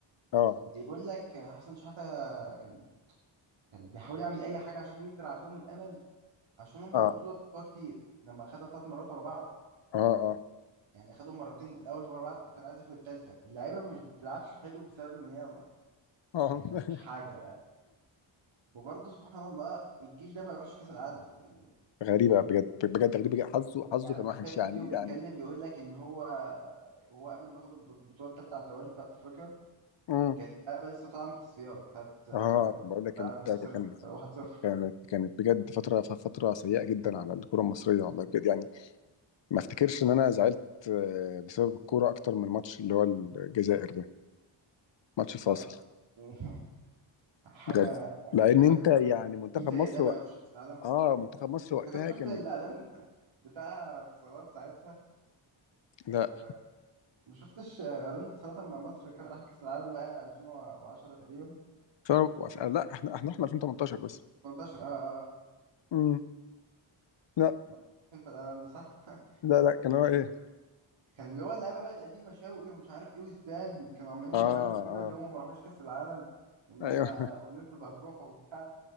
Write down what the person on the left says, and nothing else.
اه
اه
اه اه
اه
<laughs>
غريبه بجد بجد غريبه جداً. حظه حظه
كان وحش
يعني
يعني
مم.
اه بقول لك كانت
كانت
كانت كانت بجد فتره فتره سيئه جدا على الكره المصريه والله بجد يعني ما افتكرش ان انا زعلت آه، بسبب الكوره اكتر من ماتش اللي هو الجزائر ده ماتش فاصل
بجد لان
انت يعني منتخب
مصر
و...
اه منتخب مصر وقتها
كان
لا
ف... لا احنا احنا احنا 2018 بس
امم لا
لا لا كان هو ايه
اه
اه
ايوه